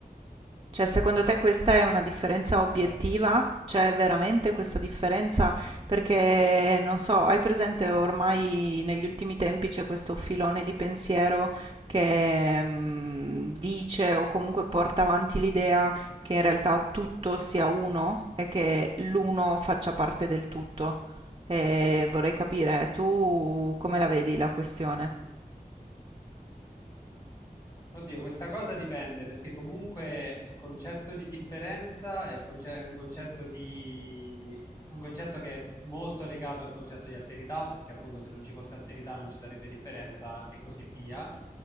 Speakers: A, on the right (about 35°); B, on the left (about 25°).
A: Cioè, secondo te questa è una differenza obiettiva?
B: Vai, vai.
A: C'è veramente questa differenza? Perché, non so, hai presente ormai negli ultimi tempi c'è questo filone di pensiero che mm, dice o comunque porta avanti l'idea che in realtà tutto sia uno e che l'uno faccia parte del tutto. E vorrei capire, tu come la vedi la questione?
B: Oddio, questa cosa dipende perché comunque il concetto di differenza è, il conce- è un concetto di... un concetto che è molto legato al concetto di alterità, perché appunto se non ci fosse alterità non ci sarebbe differenza e così via.